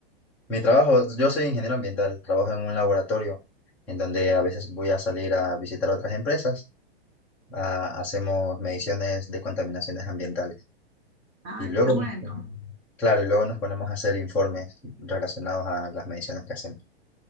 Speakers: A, in the centre; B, on the right.
A: Mi trabajo, yo soy ingeniero ambiental, trabajo en un laboratorio en donde a veces voy a salir a visitar otras empresas, a- hacemos mediciones de contaminaciones ambientales
B: Ay,
A: y luego,
B: qué bueno,
A: nos- claro, y luego nos ponemos a hacer informes relacionados a las mediciones que hacemos